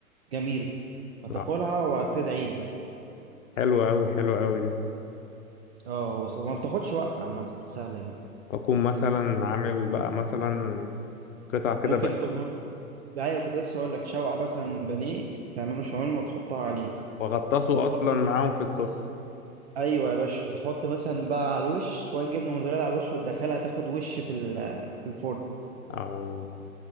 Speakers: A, on the right; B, on the left.
A: جميله هتاكلها
B: آه.
A: وهتدعي لي يعني
B: حلوة اوي حلوة اوي دي
A: اه وص- وما بتاخدش وقت عامه وسهله جدا
B: اكون مثلا عامل بقى مثلا قطع كده
A: ممكن
B: بقى
A: تكون عامل ايوه كنت لسه اقول لك شوقه مثلا بانيه تعمله شاورما وتحطها عليه
B: واغطسه
A: وتحط
B: اصلا معاهم في الصوص
A: ايوه يا باشا وتحط مثلا بقى على الوش شويه جبنه موزاريلا على الوش وتدخلها تاخد وش في ال- في الفرن
B: او